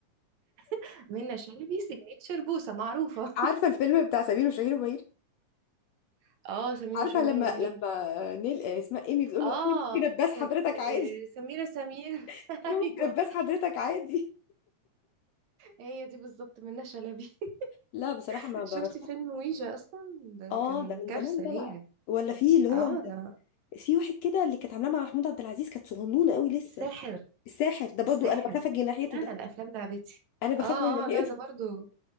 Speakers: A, on the right; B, on the left.
A: <laughs> منة شلبي سيجنتشر بوسة معروفة
B: عارفه الفيلم بتاع سمير وشهير وبهير
A: <laughs> اه سمير
B: عارفه
A: وشمير
B: لما
A: وبهير
B: لما نيل آه، اسمها ايمي بتقول
A: اه
B: له انا ممكن اباس
A: سم...
B: حضرتك
A: آه،
B: عادي
A: سميرة سمير
B: <laughs>
A: <laughs>
B: انا ممكن
A: ايوه
B: اباس حضرتك عادي
A: هي دي بالظبط منة شلبي <laughs>
B: لا بصراحه ما برشحش
A: شفتي فيلم ويجا اصلا ده
B: اه
A: كان
B: ده
A: كارثة
B: من زمان ده
A: ليها
B: بقى ولا في اللي هو
A: اه ده
B: في واحد كده اللي كانت عاملاه مع محمود عبد العزيز كانت صغنونه قوي لسه
A: الساحر
B: الساحر ده برضو
A: الساحر
B: انا بخاف اجي ناحيته
A: لا
B: ده
A: انا الافلام لعبتي
B: انا بخاف
A: اه
B: اجي ناحيته
A: اه لا ده برضو